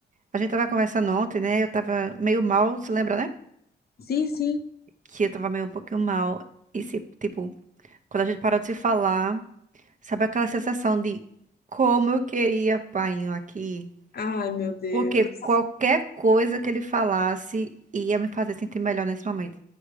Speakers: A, on the right; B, on the left.
A: a gente tava conversando ontem, né? Eu tava meio mal, se lembra, né?
B: Sim, sim.
A: que eu tava meio um pouquinho mal. E se, tipo, quando a gente parou de se falar, sabe aquela sensação de como eu queria painho aqui?
B: Ai, meu Deus.
A: Porque qualquer coisa que ele falasse ia me fazer sentir melhor nesse momento.